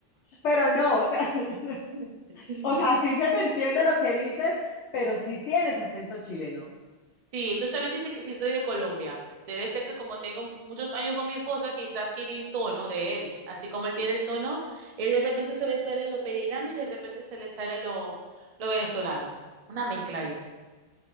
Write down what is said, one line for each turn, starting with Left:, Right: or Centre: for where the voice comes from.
Left: Pero no, o sea, <laughs>
Right: <laughs>
Left: o sea, sí se te entiende lo que dices, pero sí tienes acento chileno.
Right: Sí, tú también dices que sí soy de Colombia. Debe ser que como tengo muchos años con mi esposo, quizá adquirí tono de él. Así como él tiene el tono, él de repente se le sale lo pereirano y de repente se le sale lo, lo venezolano. Una mezcla ahí.